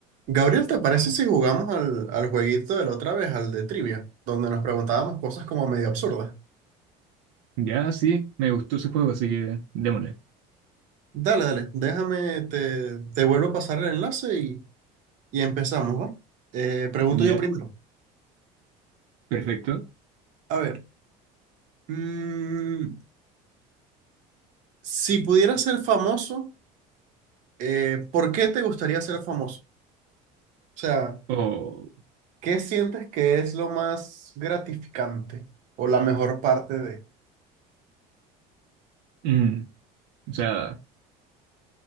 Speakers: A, on the right (about 50°); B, on the right (about 75°).
A: Gabriel, ¿te parece si jugamos al, al jueguito de la otra vez, al de trivia, donde nos preguntábamos cosas como medio absurdas?
B: Ya, sí, me gustó ese juego, así que démosle.
A: Dale, dale, déjame, te, te vuelvo a pasar el enlace y, y empezamos, ¿va? Eh, pregunto
B: Ya,
A: yo primero.
B: perfecto.
A: A ver, mm, si pudieras ser famoso, eh, ¿por qué te gustaría ser famoso? O sea,
B: O,
A: ¿qué sientes que es lo más gratificante o la mejor parte de...
B: mm, o sea,